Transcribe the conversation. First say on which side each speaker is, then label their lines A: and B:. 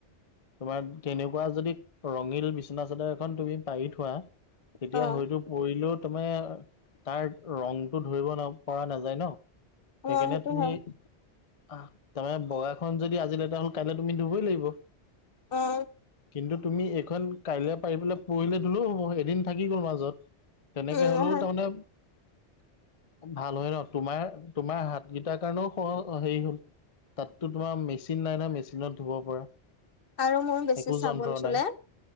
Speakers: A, on the left; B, on the left.
A: তোমাত কেনেকুৱা যদি ৰঙীল বিচনা চাদৰ এখন তুমি পাৰি থোৱা এতিয়া
B: অ
A: হয়তো পৰিলেও তুমি তাৰ ৰংটো ধৰিব ন পৰা নাযায় ন।
B: অ
A: সেইকাণে
B: সেইটো
A: তুমি
B: হয়
A: আঁহ তাৰমা বগাখন যদি আজি লেটা হ'ল কাইলে তুমি ধুবই লাগিব।
B: অঁ!
A: কিন্তু তুমি এইখন কাইলে পাৰি পেলাই পহিলে ধুলেও হ'ব এদিন থাকি গ'ল মাজত। তেনেকে
B: উম
A: হ'লও
B: হয়
A: তামানে ভাল হয় ন তোমাৰ-তোমাৰ হাত গিটাৰ কাৰণও সহ অ হেৰি হ'ল। তাততো তোমাৰ মেচিন নাই ন মেচিনত ধুব পৰা।
B: আৰু মোৰ বেছি
A: একো
B: চাবোন
A: যন্ত্ৰ
B: চুলে
A: নাই